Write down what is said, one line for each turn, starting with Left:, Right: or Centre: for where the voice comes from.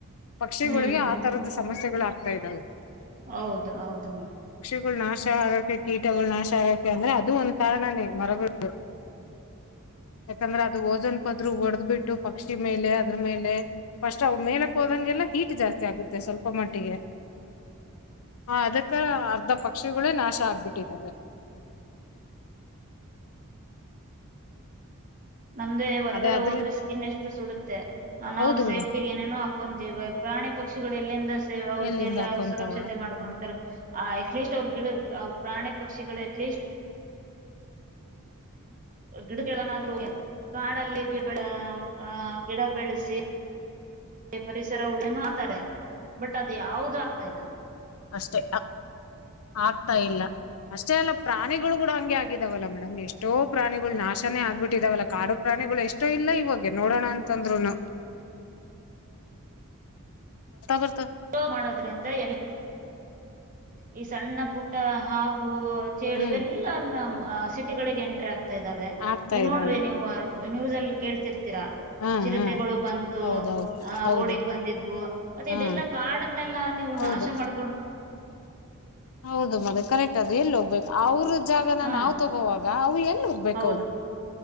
Left: ಪಕ್ಷಿಗಳಿಗೆ
Right: ಹ್ಮ್
Left: ಆ ತರದ ಸಮಸ್ ಸೆಗಳು ಆಗ್ ಆಗ್ತಾ ಇದ್ದಾವೆ.
Right: ಹೌದು ಹೌದು ಮ್ಯಾಮ್.
Left: ಅವುಗಳು ನಾಶ ಆಗಕೆ ಕೀಟಗಳು ನಾಶ ಆಗಕೆ ಅಂದ್ರೆ ಅದು ಒಂದ್ ಕಾರಣನೇ ಮರಗಳು ಯಾಕಂದ್ರೆ ಅದು ಓಜನ್ ಪದ್ರರು ಒಡೆದ್ ಬಿಟ್ಟು ಪಕ್ಷಿ ಮೇಲೆ ಅದ್ರ ಮೇಲೆ ಫಸ್ಟ್ ಅವು ಮೇಲಕ್ ಹೋದಂಗೆಲ್ಲ ಹೀಟ್ ಜಾಸ್ತಿ ಆಗುತ್ತೆ ಸ್ವಲ್ಪ ಮಟ್ಟಿಗೆ. ಹ ಅದಕ್ಕ ಅರ್ಧ ಪಕ್ಷಿಗಳೇ ನಾಶ ಆಗ್ಬಿಟ್ಟಿದ್ದಾವೆ.
Right: ನಮ್ದೇ ಹೊರಗಡೆ
Left: ಅದೇ ಅದ್ರ
Right: ಹೋದ್ರೆ ಸ್ಕಿನ್ ಎಷ್ಟು ಸುಡುತ್ತೆ ನಾವು
Left: ಹೌದು
Right: ಸೇಫ್ಟಿಗೆ
Left: ಮೇಡಮ್
Right: ಏನೇನೋ ಹಾಕೊಂತೀವಿ ಪ್ರಾಣಿ ಪಕ್ಷಿಗಳು ಎಲ್ಲಿಂದ ಸೇ ಅವರಿಗೆಲ್ಲ
Left: ಎಲ್ಲಿಂದ ಹಾಕೊಂತಾವ
Right: ಸುರಕ್ಷತೆ
Left: ಹ್ಮ
Right: ಮಾಡ್ಕೊಂತಾರೆ. ಹ ಅಟ್ಲಿಸ್ಟ್. <unintelligible> ಪ್ರಾಣಿ ಪಕ್ಷಿಗಳು ಅಟ್ಲೀಸ್ಟ. ಗಿಡಕೆನಾದ್ರು ಕಾಡಲ್ಲಿ. ಹ ಹ್ಮ್ ಗಿಡ ಬೆಳಸಿ. ಪರಿಸರ. ಅಂತಾರೆ ಬಟ್ ಅದು ಯಾವದು ಆಗ್ತಾ ಇಲ್ಲ.
Left: ಅಷ್ಟೇ ಆಗ್ತಾ ಇಲ್ಲ ಅಷ್ಟೇ ಅಲ್ಲ ಪ್ರಾಣಿಗಳು ಕೂಡ ಹಂಗೆ ಆಗಿದಾವಲ್ಲ ಮೇಡಮ್ ಎಷ್ಟೋ ಪ್ರಾಣಿಗಳು ನಾಶನೇ ಆಗ್ಬಿಟ್ಟಿದಾವಲ್ಲ ಕಾಡು ಪ್ರಾಣಿಗಳು ಎಷ್ಟೋ ಇಲ್ಲ ಇವಾಗೆ ನೋಡೋಣ ಅಂತಂದ್ರುನು. ಬರ್ತಾ
Right: ಸ್ಲೋ ಮಾಡೋದ್ರಿಂದ ಎಲ್ಲ. ಈ ಸಣ್ಣ ಪುಟ್ಟ ಹಾವು. ಓ ಚೇಳ
Left: ಹ್ಮ್
Right: ಇವೆಲ್ಲಾ ನಮ ಸಿಟಿಗಳಿಗೆ ಎ ಟ್ರಕ್. ಅಗ್ತಾ ಇದಾವೆ
Left: ಆಗ್ತಾ
Right: ಏ ನೋಡ್ರಿ
Left: ಇದ್ದಾವೆ
Right: ನೀವು ನ್ಯೂಸ್ ಅಲ್ಲಿ. ಕೇಳ್ತಿರ್
Left: ಹಾ
Right: ಚಿರತೆಗಳು
Left: ಹಾ
Right: ಬಂತು
Left: ಹೌದೌದು ಹೌದು
Right: ರೋಡಿಗೆ ಬಂದಿದ್ವು ಮತ್ತೆ
Left: ಹಾ
Right: ಇದೆಲ್ಲ ಕಾಡಲ್ಲಿ. ಎಲ್ಲ ನೀವು
Left: ಹೌದು
Right: ನಾಶ ಮಾಡ್
Left: ಹೌದು? ಮದ ಕರೆಕ್ಟ್, ಅದು ಎಲ್ಲಿ ಹೋಗ್ಬೇಕು ಅವ್ರ ಜಾಗನ,
Right: ಹಾ
Left: ನಾವ್ ತಗೋವಾಗ? <inaudible> ಉುಯಲ್.. <inaudible> ಹೋಗ್ಬೇಕು?
Right: ಹೌದು
Left: <inaudible>